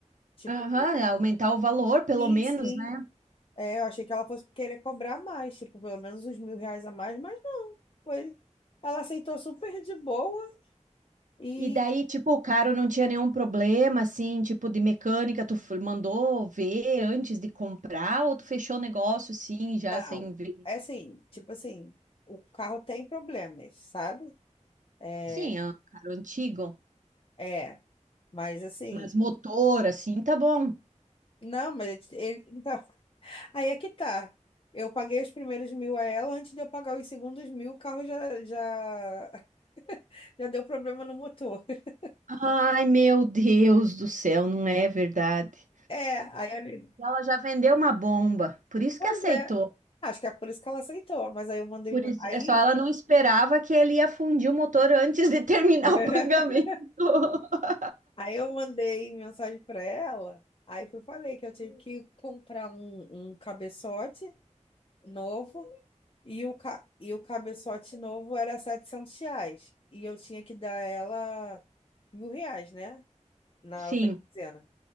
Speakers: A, on the left; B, on the right.
A: Tipo,
B: Aham, é, aumentar o valor, pelo
A: sim,
B: menos,
A: sim.
B: né?
A: É, eu achei que ela fosse querer cobrar mais, tipo, pelo menos uns mil reais a mais, mas não. Foi... Ela aceitou super de boa e
B: E daí, tipo, o carro não tinha nenhum problema, assim, tipo, de mecânica, tu f- mandou ver antes de comprar ou tu fechou o negócio, sim, já
A: não.
B: sem ver?
A: É assim, tipo assim, o carro tem problemas, sabe? É,
B: Sim, é um carro antigo,
A: é, mas assim,
B: mas motor, assim, tá bom.
A: não, mas ele, então, Aí é que tá. Eu paguei os primeiros mil a ela, antes de eu pagar os segundos mil, o carro já, já, <laughs> já deu problema no motor. <laughs>
B: Ai, meu Deus do céu, não é verdade.
A: É, aí eu...
B: Ela já vendeu uma bomba, por isso
A: Pois
B: que aceitou.
A: é. Acho que é por isso que ela aceitou, mas aí eu mandei.
B: Por isso,
A: Aí,
B: é só ela não esperava que ele ia fundir o motor antes de <laughs> terminar
A: <laughs>
B: o pagamento. <laughs>
A: aí eu mandei mensagem pra ela. Aí fui falei que eu tive que comprar um, um cabeçote novo e o, ca... e o cabeçote novo era 700 reais. E eu tinha que dar ela mil reais, né? Na
B: Sim,
A: outra quinzena.